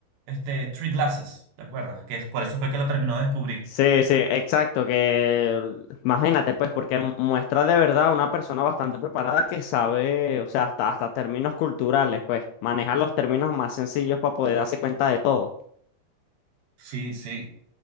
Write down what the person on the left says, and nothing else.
Sí, sí, exacto, que imagínate pues, porque mu- muestra de verdad una persona bastante preparada que sabe, o sea, hasta, hasta términos culturales, pues, manejar los términos más sencillos para poder darse cuenta de todo.